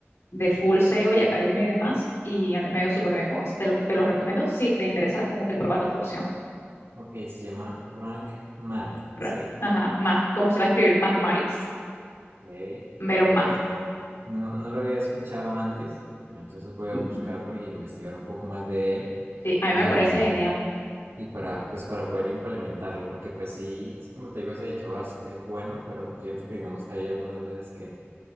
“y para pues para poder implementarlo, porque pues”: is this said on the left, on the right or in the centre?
Right